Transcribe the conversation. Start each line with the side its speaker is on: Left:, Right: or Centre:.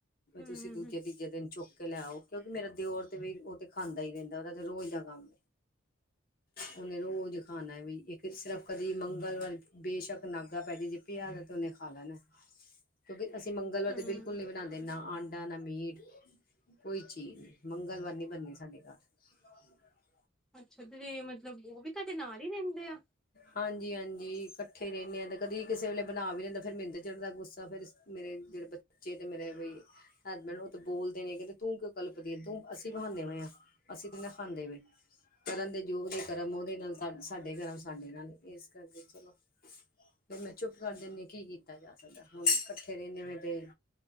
Centre: ਹੂੰ
Left: ਤੁਸੀਂ ਦੂਜੇ ਤੀਜੇ ਦਿਨ ਚੁੱਕ ਕੇ ਲੈਓ ਕਿਉਂਕੀ ਮੇਰਾ ਦਿਉਰ ਤੇ ਵੀ ਉਹ ਤੇ ਖਾਂਦਾ ਹੀ ਰਹਿੰਦਾ ਉਹਦਾ ਤੇ ਰੋਜ਼ ਦਾ ਕੰਮ ਉਹਨੇ ਰੋਜ਼ ਖਾਣਾ ਵੀ ਇੱਕ ਸਿਰਫ ਕਦੇ ਮੰਗਲਵਾਰ ਬੇਸ਼ੱਕ ਨਾਗਾ ਪੈ ਜ ਜੇ ਪਿਆ ਰਹੇ ਤੇ ਉਹਨੇ ਖਾ ਲੈਣਾ ਕਿਉਂਕਿ ਅਸੀਂ ਮੰਗਲਵਾਰ
Centre: ਹੂੰ
Left: ਤੇ ਬਿਲਕੁਲ ਨੀ ਬਣਾਉਂਦੇ ਨਾ ਅੰਡਾ ਆਡਾ ਨਾ ਮੀਟ ਕੋਈ ਚੀਜ਼ ਨਹੀਂ ਮੰਗਲਵਾਰ ਨਹੀਂ ਬਣਨੀ ਸਾਡੇ ਘਰ ਹ
Centre: ਅੱਛਾ ਤੇ ਮਤਲਬ ਉਹ ਵੀ ਤੁਹਾਡੇ ਨਾਲ ਹੀ ਰਹਿੰਦੇ ਆ
Left: ਹਾਂਜੀ ਹਾਂਜੀ ਇਕੱਠੇ ਰਹਿੰਦੇ ਹਾਂ ਤੇ ਕਦੇ ਕਿਸੇ ਵੇਲੇ ਬਣਾ ਵੀ ਲੈਂਦੇ ਫਿਰ ਮਿੰਨੂ ਚੜਦਾ ਗੁੱਸਾ ਫਿਰ ਐਸੀ ਮੇਰੇ ਜਿਹੜੇ ਬੱਚੇ ਤੇ ਮੇਰੇ ਇਹ ਹੀ ਹਸਬੈਂਡ ਉਹ ਤਾਂ ਬੋਲਦੇ ਨੇ ਕਹਿੰਦੇ ਤੂੰ ਕਿਉਂ ਕਲਪਦੀ ਤੂੰ ਅਸੀਂ ਬਹਾਨੇ ਹ ਅਸੀਂ ਤਾ ਨਹੀਂ ਖਾਂਦੇ ਪੇ ਕਰਨ ਦੇ ਯੋਗ ਦੇ ਕਰਮ ਉਹਦੇ ਨਾਲ ਸਾਡੇ ਕਰਮ ਸਾਡੇ ਨਾਲ ਇਸ ਕਰਕੇ ਚਲੋ ਫਿਰ ਮੈਂ ਚੁੱਪ ਕਰ ਦਿੰਨੇ ਕੀ ਕੀਤਾ ਜਾ ਸਕਦਾ ਹੁਣ ਇਕੱਠੇ ਰਹਿੰਦੇ ਤੇ